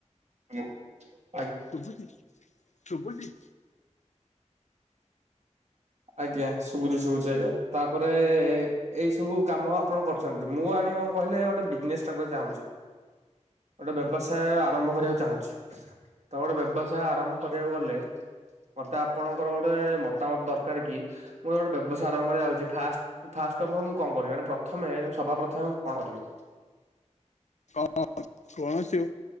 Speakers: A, on the right; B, on the left.
A: <unintelligible>
B: ଶୁଭୁଚି ଶୁଭୁଚି?
A: ଆଜ୍ଞା। ଶୁଭୁଛି ଶୁଭୁଛି ଆଜ୍ଞା। ତାପରେ ଏଇ ସବୁ କାମ ଆପଣ କରୁ। ମୁଁ ଆଜ୍ଞା କଣ କହିଲେ ଗୋଟେ ବିଜନେସ୍ ଟାଇପ୍ ର ଚାହୁଁଚି। ଗୋଟେ ବ୍ୟବସାୟ ଆରମ୍ଭ କରିବାକୁ ଚାହୁଁଚି। ତ ଗୋଟେ ବ୍ୟବସାୟ ଆରମ୍ଭ କରିବାକୁ ଗଲେ, ମତେ ଆପଣଙ୍କର ଗୋଟେ ମତାମତ ଦର କାର କି, ମୋର ଗୋଟେ ବ୍ୟବସାୟା ଆରମ୍ଭ କରିବାକୁ ଯାଉଚି। ଫାଷ୍ଟ ଫାଷ୍ଟ ଅଫ୍ ଅଲ୍ ମୁଁ କଣ କରିବି? ମାନେ ପ୍ରଥମେ ସଭା ପ୍ରଥମେ ମୁଁ କଣ କରିବି?
B: <unintelligible> କୌଣସି